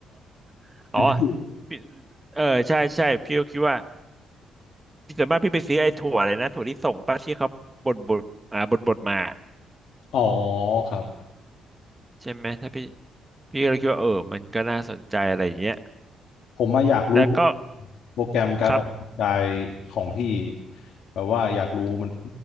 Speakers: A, on the right; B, on the left.
A: <laughs>
B: กินถั่ว
A: อ๋อพี่เออใช่ใช่พี่ก็คิดว่าส่วนมากพี่ไปซื้อไอ้ถั่วอะไรนะถั่วที่ส่งป้าที่เขาบดบดอ่าบดบดมา
B: อ๋อครับ
A: ใช่ไหมถ้าพี่พี่ก็เลยคิดว่าเออมันก็น่าสนใจอะไรอย่างเงี้ย
B: ผมมาอยากรู้
A: แต่ก็
B: โปรแกรมการออกกำลังกายของพี่
A: ครับ
B: แบบว่าอยากรู้มัน